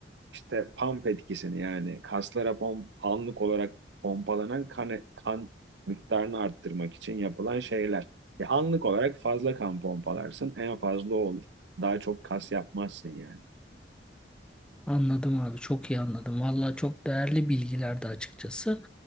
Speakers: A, on the right; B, in the centre.
A: işte pump etkisini yani kaslara pom- anlık olarak pompalanan kan, kan miktarını arttırmak için yapılan şeyler. E, anlık olarak fazla kan pompalarsın en fazla o olur. Daha çok kas yapmazsın yani.
B: Anladım abi çok iyi anladım. Valla çok değerli bilgilerdi açıkçası.